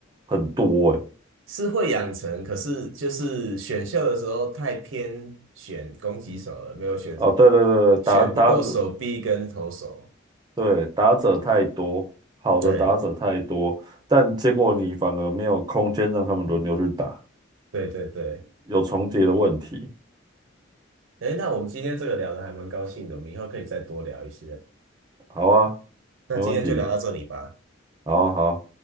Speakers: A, on the right; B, on the right.
A: 很多诶。
B: 是会养成，可是就是选秀的时候太偏选攻击手了，没有选
A: 哦，对对对，打打
B: 选不够手臂跟投手。
A: 对打者太多，好的打者太多，
B: 对
A: 但结果你反而没有空间让他们轮流去打，
B: 对对对，
A: 有重叠的问题。
B: 哎，那我们今天这个聊的还蛮高兴的，我们以后可以再多聊一些。
A: 好啊，
B: 那今天就聊到这里吧。
A: 没问题，好啊好啊